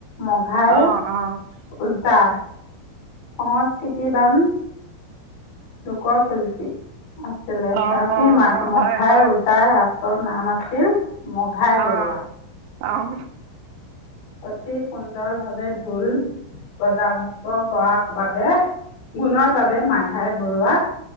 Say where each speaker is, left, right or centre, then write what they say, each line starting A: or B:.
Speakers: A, on the left; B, on the right.
A: মঘাই
B: অঁ অঁ
A: ওজা। সংস্কৃতিবান লোকৰ শিল্পী। আছিলে
B: অঁ
A: আৰু কি
B: অঁ
A: মাক
B: অঁ
A: মঘাই
B: হয় হয়
A: উজা। আচল নাম আছিল। মঘাই বৰুৱা।
B: অঁ অঁ
A: অতি সুন্দৰ ভাৱে ঢোল বজাব পৰা বাবে গুণৰ বাবে মাঘাই বৰুোৱাক।